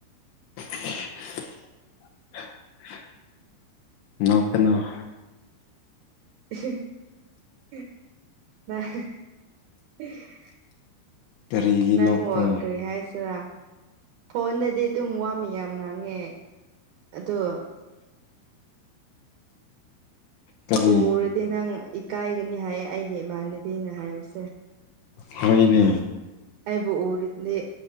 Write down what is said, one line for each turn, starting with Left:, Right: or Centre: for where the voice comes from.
Left: <unintelligible> ꯅ‌ꯣꯛꯀꯅ‌ꯣ
Right: <unintelligible>
Left: ꯀꯔꯤꯒꯤ
Right: ꯅꯪ
Left: ꯅꯣꯛꯄ꯭ꯔꯥ
Right: ꯀꯔꯤ ꯍꯥꯏꯁꯤꯔ ꯐꯣꯟꯅꯗꯤ ꯑꯗꯨꯝ ꯋꯥꯝꯃꯤ ꯌꯥꯝ ꯉꯥꯡꯉꯦ ꯑꯗꯣ
Left: ꯀꯔꯤ
Right: ꯎꯔꯗꯤ ꯅꯪ ꯏꯀꯥꯏꯒꯅꯤ ꯍꯥꯏꯌꯦ ꯑꯩꯒꯤ ꯏꯃꯥꯟꯅꯕꯤꯅ ꯍꯥꯏꯕꯁꯦ
Left: ꯍ‌‌ꯣꯏꯅꯦ
Right: ꯑꯩꯕꯨ ꯎꯔꯗꯤ